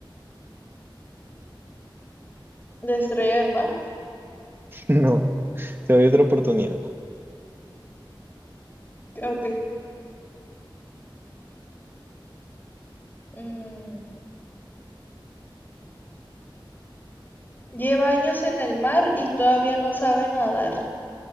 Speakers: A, on the left (about 20°); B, on the right (about 25°).
A: De estrella de mar.
B: No. Te doy otra oportunidad.
A: Ok. Mm, Lleva años en el mar y todavía no sabe nadar.